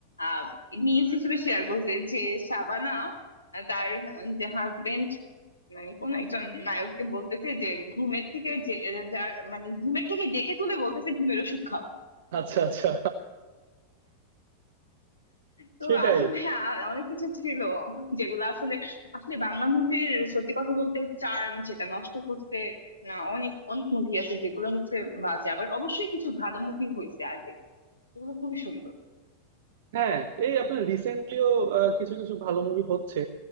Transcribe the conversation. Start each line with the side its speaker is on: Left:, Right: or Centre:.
Left: আহ নিউজ হিসেবে শেয়ার করছে যে শাবানা আহ, তার যে হাজবেন্ড মানে কোন একজন নায়ককে বলতেছে যে ঘুমের থেকে যে যা- মানে ঘুমের থেকে ডেকে তুলে বলতেছে ঘুমের ওষুধ খাও
Right: আচ্ছা আচ্ছা
Left: তো
Right: সেটাই
Left: আসলে আ- অনেক কিছু ছিল যেগুলো আসলে আসলে বাংলা মুভির সত্যি কথা বলতে চার্ম যেটা নষ্ট করতে না অনেক অনেক মুভি আছে যেগুলো হচ্ছে বাজে আবার অবশ্যই কিছু ভালো মুভি হয়েছে আগে যেগুলো খুবই সুন্দর
Right: হ্যাঁ এই আপনার রিসেন্টলিও কিছু কিছু ভালো মুভি হচ্ছে